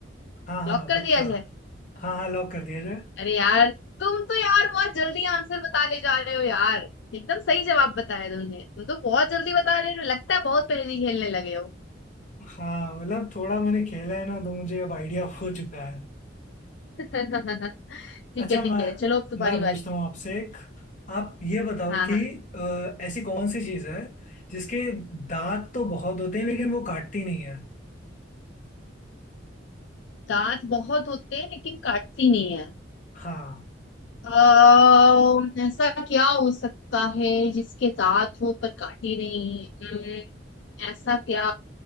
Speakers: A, on the left; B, on the left.
A: हाँ हाँ
B: लॉक कर
A: पक्का
B: दिया जाए
A: हाँ हाँ लॉक कर दिया जाए
B: अरे यार तुम तो यार बहुत जल्दी आंसर बता ले जा रहे हो यार एकदम सही जवाब बताया तुमने तुम तो बहुत जल्दी बता रहे हो लगता है बहुत पहेली खेलने लगे हो
A: हाँ मतलब थोड़ा मैंने खेला है ना तो मुझे अब आइडिया <laughs> हो चुका है
B: <laughs> ठीक
A: अच्छा
B: है ठीक
A: मैं
B: है चलो अब तुम्हारी
A: मैं पूछता
B: बारी
A: हूँ आपसे एक आप ये बताओ
B: हाँ
A: कि
B: हाँ
A: अ, ऐसी कौन सी चीज़ है जिसके दांत तो बहुत होते हैं लेकिन वो काटती नहीं है
B: दांत बहुत होते हैं लेकिन काटती नहीं है
A: हाँ
B: अः ऐसा क्या हो सकता है जिसके दांत हो पर काटे नहीं अम्म, ऐसा क्या